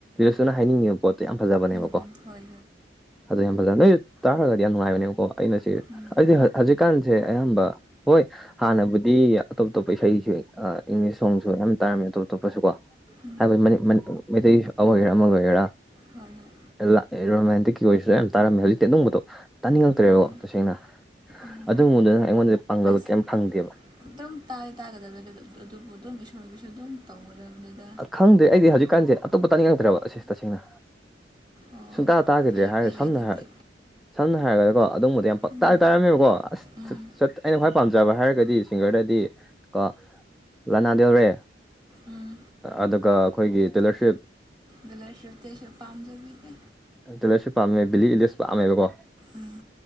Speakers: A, in the centre; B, on the right.
A: ꯖꯦꯁꯨꯅ ꯍꯥꯏꯅꯤꯡꯉꯤꯕ ꯄꯣꯠꯇꯦ ꯌꯥꯝ ꯐꯖꯕꯅꯦꯕ
B: ꯎꯝ ꯎꯝ ꯍꯣꯏ ꯍꯣꯏ
A: ꯑꯗꯨ ꯍꯝꯕꯜ ꯅꯣꯏ ꯇꯥꯈꯔꯒꯗꯤ ꯌꯥꯝ ꯅꯨꯡꯉꯥꯏꯕꯅꯦꯕꯀꯣ ꯑꯩꯅ ꯁꯤ
B: ꯎꯝ
A: ꯑꯩꯗꯤ ꯍꯧꯖꯤ ꯍꯧꯖꯤꯛꯀꯥꯟꯁꯦ ꯑꯌꯥꯝꯕ ꯍꯣꯏ ꯍꯥꯟꯅꯕꯨꯗꯤ ꯑꯇꯣꯞ ꯑꯇꯣꯞꯄ ꯏꯁꯩꯁꯨ ꯏꯪꯂꯤꯁ ꯁꯣꯡꯁꯨ ꯌꯥꯝ ꯇꯥꯔꯝꯃꯦ ꯑꯇꯣꯞꯇꯣꯞꯄꯁꯨ ꯀꯣ
B: ꯎꯝ
A: ꯍꯥꯏꯕ ꯃꯩꯇꯩ ꯑꯃ ꯑꯣꯏꯒꯦꯔꯥ ꯑꯃ ꯑꯣꯏꯒꯦꯔꯥ
B: ꯍꯣꯏ ꯍꯣꯏ
A: ꯑꯗꯨꯝ ꯔꯣꯃꯥꯟꯇꯤꯛꯀꯤ ꯑꯣꯏꯔꯁꯨ ꯌꯥꯝ ꯇꯥꯔꯝꯃꯦ ꯍꯥꯏ ꯇ ꯑꯗꯨꯝꯕꯗꯣ ꯇꯥꯅꯤꯡꯉꯛꯇ꯭ꯔꯦꯕꯣ
B: ꯑꯥ
A: ꯇꯁꯦꯡꯅ
B: ꯎꯝ
A: ꯑꯗꯨꯒꯨꯝꯕꯗꯨꯅ ꯑꯩꯉꯣꯟꯗ ꯄꯥꯡꯒꯜ
B: ꯑꯁ
A: ꯀꯩꯝ ꯐꯪꯗꯦꯕ
B: ꯑꯗꯨꯝ ꯇꯥꯏ ꯇꯥꯒꯗꯕꯅꯤꯗ ꯑꯗꯨꯕꯨ ꯑꯗꯨꯝ ꯏꯁꯣꯔꯒꯤꯁꯨ ꯑꯗꯨꯝ ꯇꯧꯒꯗꯕꯗꯨꯗ
A: ꯈꯪꯗ꯭ꯔꯦ ꯑꯩꯗꯤ ꯍꯧꯖꯤꯛꯀꯥꯟꯁꯦ ꯑꯇꯣꯞꯄ ꯇꯥꯅꯤꯡꯉꯛꯇ꯭ꯔꯕ ꯑꯁꯦ ꯇꯁꯦꯡꯅ
B: ꯑꯣ
A: ꯁꯨꯡꯇꯥ ꯇꯥꯈꯤꯗ꯭ꯔꯦ
B: ꯐꯩ
A: ꯍꯥꯏꯔ
B: ꯐꯩꯌꯦ
A: ꯁꯝꯅ
B: ꯑꯗꯨꯗꯤ
A: ꯍꯥꯏꯔ ꯁꯝꯅ ꯍꯥꯏꯔꯒꯗꯤꯀꯣ ꯑꯗꯨꯝꯕꯗ ꯌꯥꯝ ꯄꯛ
B: ꯎꯝ
A: ꯇꯥꯏ ꯇꯥꯏꯔꯝꯃꯦꯕꯀꯣ ꯑꯁ
B: ꯎꯝ
A: ꯇꯠ ꯑꯩꯅ ꯈ꯭ꯋꯥꯏ ꯄꯥꯝꯖꯕ ꯍꯥꯏꯔꯒꯗꯤ ꯁꯤꯡꯒꯔꯗꯗꯤ ꯀꯣ ꯂꯅꯥꯗꯦꯜꯔꯦ
B: ꯎꯝ
A: ꯑꯗꯨꯒ ꯑꯈꯣꯏꯒꯤ ꯇꯤꯂꯔꯁꯤꯞ
B: ꯇꯦꯂꯔꯁꯤꯞꯇꯤ ꯑꯩꯁꯨ ꯄꯥꯝꯖꯕꯤꯗꯦ
A: ꯇꯤꯂꯔꯁꯤꯞ ꯄꯥꯝꯃꯦ ꯕꯤꯂꯤ ꯏꯂꯤꯁ ꯄꯥꯝꯃꯦꯕꯀꯣ
B: ꯎꯝ